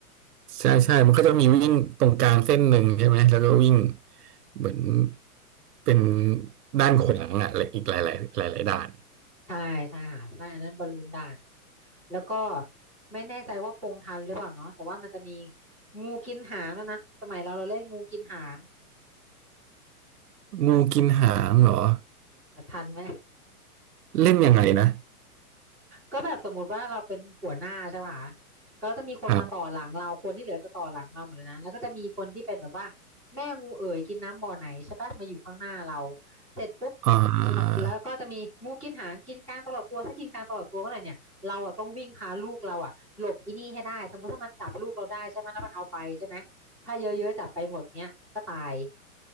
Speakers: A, on the right; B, in the centre.
A: ใช่ใช่มันก็จะมีวิ่งตรงกลางเส้นหนึ่งใช่ไหม แล้วก็วิ่งเหมือนเป็นด้านขวางอ่ะและอีกหลายหลายหลายหลายๆด่าน
B: ใช่ใช่ค่ะใช่อันนั้นบอลลูนด่านแล้วก็ไม่แน่ใจว่าพงทันหรือเปล่าเนาะแต่ว่ามันจะมีงูกินหางด้วยนะสมัยเราเราเล่นงูกินหาง
A: งูกินหางเหรอ
B: เออทันไหม
A: เล่นยังไงนะ
B: ก็แบบสมมุติว่าเราเป็นหัวหน้าใช่ป่ะคะก็จะมีคนมาต่อหลังเราคนที่เหลือจะต่อหลังเราหมดเลยนะแล้วก็จะมีคนที่เป็นแบบว่าแม่งูเอ๋ยกินน้ำบ่อไหนใช่ป่ะมาอยู่ข้างหน้าเรา
A: ครับ
B: เสร็จปุ๊บ
A: อ่า
B: เราแล้วก็จะมีงูกินหางกินกลางตลอดตัวถ้ากินกลางตลอดตัวเมื่อไหร่เนี่ยเราอ่ะต้องวิ่งพาลูกเราอ่ะหลบอีนี่ให้ได้สมมติถ้ามันจับลูกเราได้ใช่ไหมแล้วมันเอาไปใช่ไหมถ้าเยอะๆจับไปหมดเนี้ยก็ตาย